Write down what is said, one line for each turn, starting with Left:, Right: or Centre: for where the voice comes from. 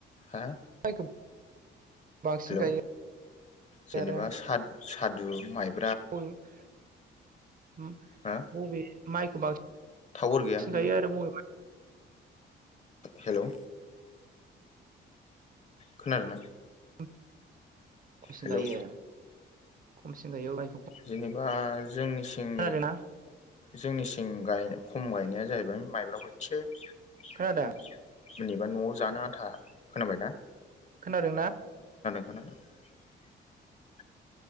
Left: हा?
Right: माइखौ बांसिन
Left: हेलौ
Right: गायो।
Left: जेनेबा
Right: आरो
Left: साद-सादु माइ
Right: <unintelligible>
Left: हो
Right: बबे? माइखौ बांसिन
Left: टावार गैया नों
Right: गायो आरो बबे
Left: हेलौ। खोनादोंना?
Right: <inaudible> अबेसिम
Left: हेलौ
Right: गायो? खमसिन गायो माइ
Left: जेनेबा जोंनि सिंनि
Right: खोनादोंना
Left: जोंनिसिं गाय-खम गायनाया जाहैबाय माइब्रा <unintelligible>
Right: खोनादों
Left: जेनेबा न'आव जानो आथा खोनाबायना?
Right: खोनादों ना?
Left: <unintelligible>